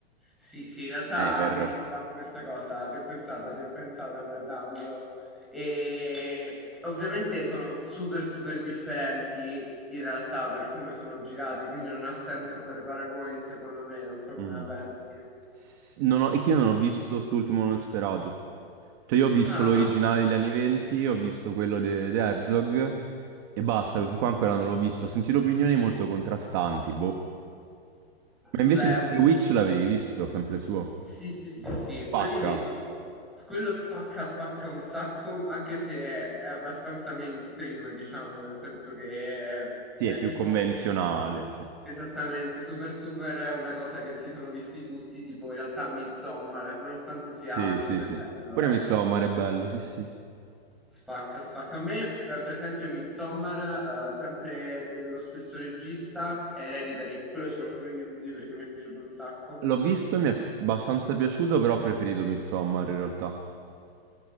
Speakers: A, in the centre; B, on the right.
A: Sì, sì, in realtà
B: Ever.
A: mi ricordavo questa cosa, ti ho pensata, ti ho pensata guardandolo. E ovviamente sono super, super differenti in realtà per come sono girati, quindi non ha senso fare paragoni, secondo me, non so come
B: Mhm.
A: la pensi.
B: S- Non ho- è che io non ho visto st'ultimo Nosferatu. Cioè, io ho visto
A: Ah,
B: l'originale degli anni 20, ho visto quello di Herzog e basta. Questo qua ancora non l'ho visto. Ho sentito opinioni molto contrastanti, boh. Ma
A: vabbè,
B: invece The
A: ovviamente-
B: The Witch l'avevi visto, sempre suo.
A: sì, sì, sì, sì,
B: Pacca.
A: quelli me li sono... Quello spacca, spacca un sacco, anche se è abbastanza mainstream, diciamo, nel senso che è,
B: Sì,
A: è
B: è più
A: tipo...
B: convenzionale, sì.
A: Esattamente, super super è una cosa che si sono visti tutti, tipo in realtà Midsommar, nonostante sia
B: Sì,
A: super
B: sì, sì.
A: bello,
B: Pure
A: eh.
B: Midsommar è bello, sì, sì.
A: Spacca, spacca. A me, eh, per esempio, Midsommar, eh, sempre dello stesso regista, è Hereditary, quello ce l'ho proprio in DVD perché mi è piaciuto un sacco.
B: L'ho visto, mi è abbastanza piaciuto, però ho preferito Midsommar in realtà.